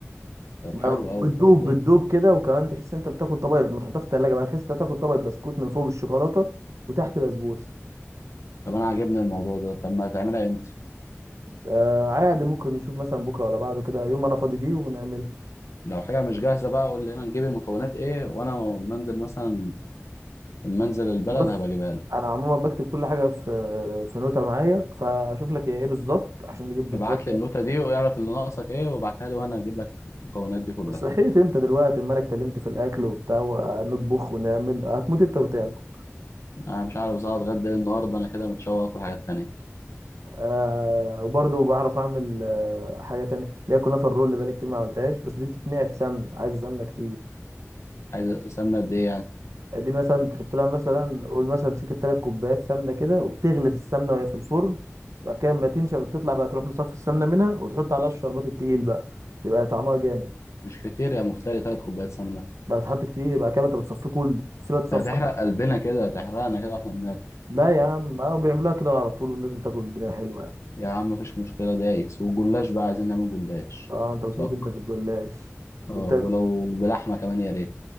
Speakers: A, on the left; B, on the right.
A: طب
B: ما-
A: حلو قوي
B: بتدوب
A: الحوار ده
B: بتدوب كده وكمان تحس انت بتاكل طبق ما تحطها في التلاجه بقى تحس انت بتاكل طبق بسكوت من فوق بالشوكولاته وتحت بسبوسه
A: طب انا عاجبني الموضوع ده طب ما هتعملها امتى
B: آه عادي ممكن نشوف مثلا بكره ولا بعده كده يوم انا فاضي فيه ونعملها
A: لو حاجه مش جاهزه بقى قول لي انا نجيب المكونات ايه وانا منزل مثلا منزل البلد
B: بص
A: هبقى اجيبها لك
B: انا عموما بكتب كل حاجه في في نوته معايا فاشوف لك هي ايه بالظبط عشان نجيب بالظبط
A: ابعت لي
B: يعني
A: النوتة دي واعرف اللي ناقصك ايه وابعتها لي وانا اجيب لك المكونات دي كلها
B: صحيت انت دلوقتي اما انا اتكلمت في الاكل وبتاع ونطبخ ونعمل هتموت انت وتاكل
A: انا مش عارف ازاي اتغدى إيه النهارده انا كده متشوق اكل حاجات تانية
B: آه وبرضه بعرف اعمل آه حاجه تانية اللي هي كنافه الرول اللي بقالي كتير ما عملتهاش بس دي بتتنقع في سمن عايزه سمنه كتير
A: عايز سمنة قد ايه يعني
B: دي مثلا تحط لها مثلا قول مثلا سكه تلات كوبايات سمنه كده وبتغلي في السمنه وهي في الفرن وبعد كده لما تنشف وتطلع بقى تروح مصفي السمنه منها وتحط عليها الشربات التقيل بقى تبقى طعمها جامد
A: مش كتير يا مفتري تلات كوبايات سمنة
B: بقى بتحط كتير بعد كده انت بتصفيه كله تسيبها تصفى
A: هتحرق قلبنا كده هتحرقنا كده واحنا بناكل
B: لا يا عم اه بيعملوها كده على طول والناس بتاكل الدنيا حلوه يعني
A: يا عم مفيش مشكلة دايس والجلاش بقى عايزين نعمل جلاش
B: اه انت بتموت
A: دق
B: انت في الجلاش
A: اه
B: انت
A: ولو بلحمة كمان يا ريت